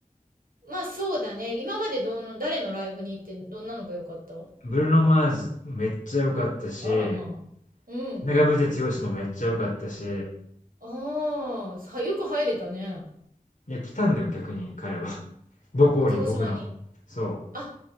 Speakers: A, on the right; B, on the left.
A: まあそうだね。今までどの、誰のライブに行ってどんなのが良かった
B: ブルーノ・マーズめっちゃ良かったし、
A: あらまあ。うん。
B: 長渕剛もめっちゃ良かったし、
A: ああ、さ、よく入れたね。
B: いや、来たんだよ、逆に彼は。<laughs> 母校に僕の。
A: 鹿児島に。
B: そ
A: あ、